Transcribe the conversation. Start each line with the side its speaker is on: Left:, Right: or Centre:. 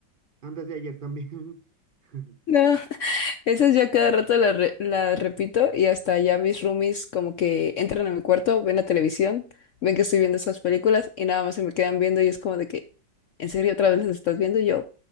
Right: Antes de ayer también, <laughs>
Left: No, Esas ya cada rato las re- las repito y hasta ya mis roomies como que entran a mi cuarto, ven la televisión, ven que estoy viendo esas películas y nada más se me quedan viendo y es como de que, ¿en serio otra vez las estás viendo? Y yo,